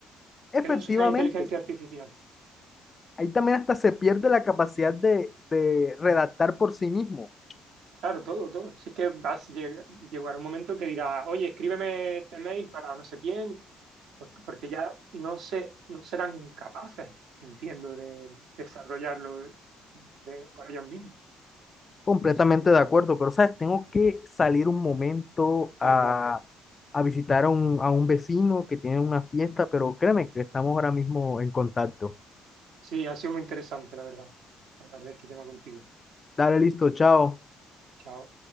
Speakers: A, on the left (about 35°); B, on the right (about 70°).
A: efectivamente,
B: que no soy una inteligencia artificial.
A: ahí también hasta se pierde la capacidad de, de redactar por sí mismo.
B: Claro, todo, todo. Si es que vas a llegar, llegará un momento que dirá, oye, escríbeme este mail para no sé quién, pues, porque ya no sé, no serán capaces, entiendo, de desarrollarlo de- por ellos mismos.
A: Completamente
B: O sea, que
A: de acuerdo, pero sabes, tengo que salir un momento
B: da
A: a,
B: igual.
A: a visitar a un, a un vecino que tiene una fiesta, pero créeme que estamos ahora mismo en contacto.
B: Sí, ha sido muy interesante, la verdad, hablar de este tema contigo.
A: Dale, listo, chao.
B: Chao.